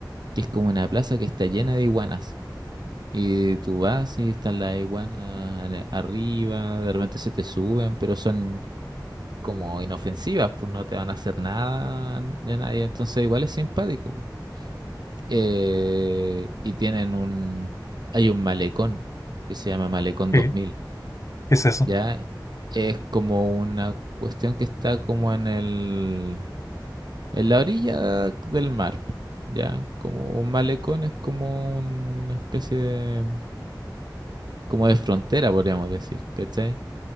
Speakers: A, on the right; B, on the left.
A: que es como una plaza que está llena de iguanas. Y tú vas y están las iguanas en el- arriba, de repente se te suben, pero son como inofensivas, pues no te van a hacer nada de nadie, entonces igual es simpático. Eh, y tienen un, hay un malecón que se llama Malecón
B: ¿Qué,
A: 2000,
B: qué es eso?
A: ¿ya? Es como una cuestión que está como en el, en la orilla del mar, ¿ya? Como un malecón es como una especie de como de frontera, podríamos decir, ¿cachai?